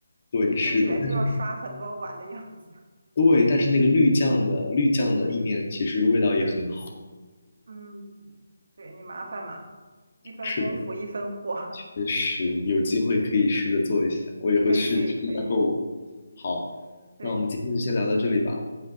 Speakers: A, on the left; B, on the right.
A: 对，是的，
B: 听起来就要刷很多碗的样子。
A: 但是对，但是那个绿酱的绿酱的意面其实味道也很好，
B: 嗯，对你麻烦嘛，一分功夫一分货，
A: 是的。确实有机会可以试着做一下，
B: <laughs>
A: 我也会试试一下做。
B: 可以可以可以，
A: 好，
B: 对，
A: 那我们今天就先聊到这里吧。